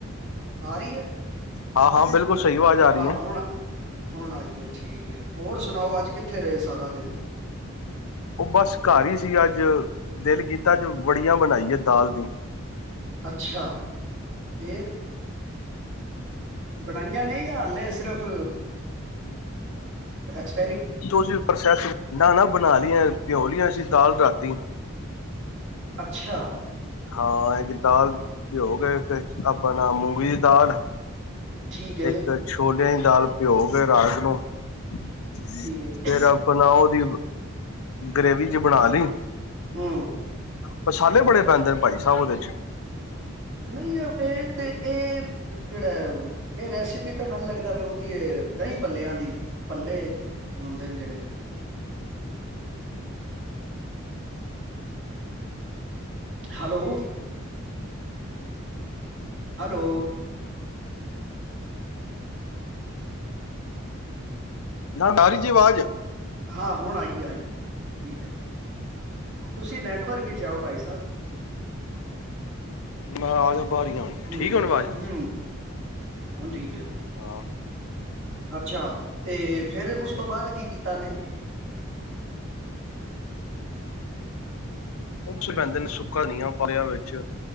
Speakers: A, on the right; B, on the left.
A: ਆ ਰਹੀ ਹੈ।
B: ਹਾਂ -ਹਾਂ ਬਿਲਕੁਲ ਸਹੀ ਆਵਾਜ਼ ਆ ਰਹੀ
A: ਹਾਂ
B: ਹੈ
A: ਹੁਣ, ਹੁਣ ਆਈ ਏ ਠੀਕ ਹੈ। ਹੋਰ ਸੁਣਾਓ ਅੱਜ ਕਿੱਥੇ ਰਹੇ ਸਾਰਾ ਦਿਨ।
B: ਉਹ ਬਸ ਘਰ ਹੀ ਸੀ। ਅੱਜ ਦਿੱਲ ਕੀਤਾ ਅੱਜ ਵੜੀਆਂ ਬਣਾਈ ਹੈ। ਦਾਲ ਦੀ
A: ਅੱਛਾ, ਫੇਰ ਬਣਾਈਆਂ ਨਹੀਂ ਹਾਲੇ ਸਿਰਫ਼ ਅੱਛਾ
B: ਤੁਸੀਂ ਪ੍ਰੋਸੈਸ ਨਾ ਨਾ ਬਣਾ ਲਿਆ ਪਿਓ ਲਈਆਂ ਸੀ ਦਾਲ ਰਾਤੀ
A: ਅੱਛਾ।
B: ਹਾਂ ਇੱਕ ਦਾਲ ਪਿਓ ਕੇ ਆਪਣਾ ਮੂੰਗੀ ਦੀ ਦਾਲ
A: ਠੀਕ ਹੈ
B: ਇੱਕ ਛੋਲਿਆਂ ਦੀ ਦਾਲ ਪਿਓ ਕੇ ਰਾਜ ਨੂੰ ਫਿਰ
A: ਠੀਕ ਹੈ
B: ਆਪਣਾ ਉਹਦੀ ਗਰੇਵੀ ਚ ਬਣਾ ਲਈ
A: ਹੂੰ
B: ਪਛਾਲੇ ਬੜੇ ਪੈਂਦੇ ਨੇ ਭਾਈ ਸਾਹਿਬ ਉਹਦੇ ਚ
A: ਨਹੀਂ ਇਹ ਤੇ ਇਹ ਜਿਹੜਾ ਇਹ ਰੈਸਪੀ ਤਾਂ ਮੈਨੂੰ ਲੱਗਦਾ ਉਹਦੀ ਦਹੀਂ ਪੱਲਿਆਂ ਦੀ ਪੱਲੇ ਹੁੰਦੇ ਨੇ ਜਿਹੜੇ ਹੈਲੋ ਹੈਲੋ
B: ਨਾ ਰੀ ਜੀ ਆਵਾਜ਼
A: ਹਾਂ ਹੁਣ ਆਈਏ ਆਈਏ ਠੀਕ ਹੈ। ਤੁਸੀਂ ਨੈਟਵਰਕ ਵਿਚ ਆਓ ਭਾਈ ਸਾਹਿਬ
B: ਮੈਂ ਆਜ ਬਾਹਰੀ ਹੁਣ ਠੀਕ
A: ਹੂੰ
B: ਆ ਹੁਣ ਆਵਾਜ਼
A: ਹੂੰ ਹੁਣ ਠੀਕ ਆ।
B: ਹਾਂ
A: ਅੱਛਾ ਤੇ ਫਿਰ ਉਸ ਤੋਂ ਬਾਅਦ ਕੀ ਕੀਤਾ ਨੇ
B: ਉਹ ਪੈਂਦੇ ਨੇ ਸੁੱਕਾ ਨ ਆ ਪਿਆ ਵਿੱਚ